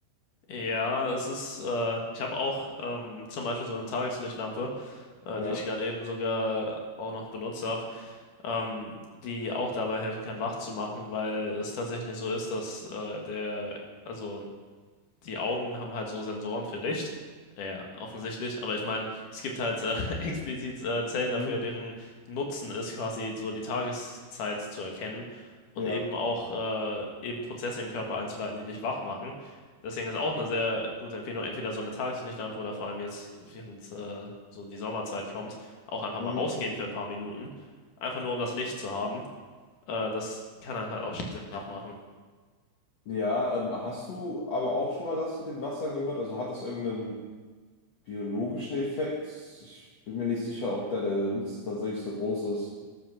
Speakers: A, on the left; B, on the left.
A: Ja, es ist, äh, ich habe auch ähm, zum Beispiel so eine Tageslichtlampe, äh,
B: Ja.
A: die ich gerade eben sogar auch noch benutzt habe, ähm, die auch dabei helfen kann, wach zu machen, weil es tatsächlich so ist, dass äh, der, also die Augen haben halt so Sensoren für Licht. Ja, offensichtlich. Aber ich meine, es gibt halt äh, <laughs> explizit äh, Zellen
B: Mhm.
A: dafür, deren Nutzen ist, quasi so die Tageszeit zu erkennen und
B: Ja.
A: eben auch äh, eben Prozesse im Körper einzuleiten, die dich wach machen. Deswegen ist auch eine sehr gute Empfehlung, entweder so eine Tageslichtlampe oder vor allem jetzt, während äh, so die Sommerzeit kommt, auch einfach
B: Mhm.
A: mal rausgehen für ein paar Minuten. Einfach nur, um das Licht zu haben. Äh, das kann einen halt auch schnell wach machen.
B: Ja, ähm, hast du aber auch schon mal das mit dem Wasser gehört? Also hat das irgendeinen biologischen Effekt? Ich bin mir nicht sicher, ob da der Nutzen tatsächlich so groß ist.